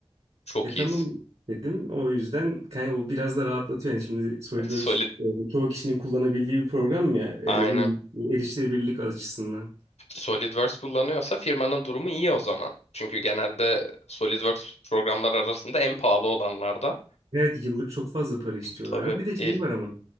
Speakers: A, on the left (about 90°); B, on the right (about 65°).
A: Çok
B: E tamam
A: iyiyiz.
B: dedim. O yüzden kanka bu biraz da rahatlatıyor. Yani şimdi SolidWorks
A: Solid.
B: e, çoğu kişinin kullanabildiği bir program ya.
A: Aynen.
B: Yani uy- erişilebilirlik açısından.
A: SolidWorks kullanıyorsa firmanın durumu iyi o zaman. Çünkü genelde SolidWorks programlar arasında en pahalı olanlardan.
B: Evet yıllık çok fazla para istiyorlar.
A: Tabii.
B: Bir de şey
A: İyi.
B: var ama.